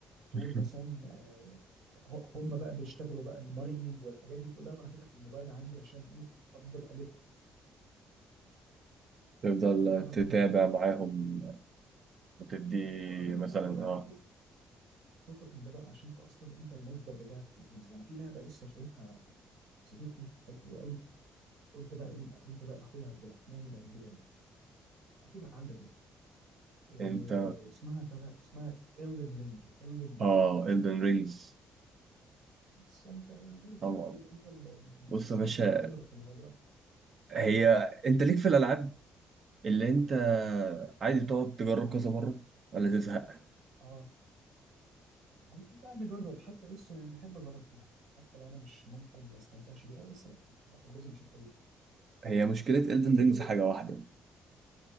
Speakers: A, on the right (about 85°); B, on the right (about 55°).
A: طول
B: <laughs>
A: مثلا آه، ه- هم بقى بيشتغلوا بقى المايننج والحاجات دي كلها وانا فاتح الموبايل عندي عشان ايه افضل الف
B: تفضل
A: كانت لعبه جامده
B: تتابع
A: جدا
B: معاهم وتدي
A: عامه
B: مثلا
A: فكك بقى
B: اه
A: فوقك من ده بقى عشان انت اصلا انت المصدر بتاعي في الجيمز انا في لعبه لسه شايفها صديقي حلوه قوي قلت بقى لين قلت بقى اخويا عبد الرحمن اللي هيجيبها لي اكيد عندك انت إيه
B: انت
A: اسمها ترى اسمها Elden رينج Elden رينج
B: اه
A: اكيد
B: Elden
A: شفتها
B: رينجز
A: بس انت انا عارف
B: طبعا
A: انت ال انت ال
B: بص يا باشا
A: انت الخبره في الموضوع ده
B: هي انت ليك في الالعاب اللي انت عادي تقعد تجرب كذا مره ولا تزهق
A: اه والله بقى نجرب حتى بص يعني نحب اجرب كل حاجه حتى لو انا مش ممكن ما استمتعش بيها أوي، بس يعني الواحد لازم يشوف كل حاجه
B: هي مشكله Elden
A: بس
B: رينجز
A: انت قول
B: حاجه واحده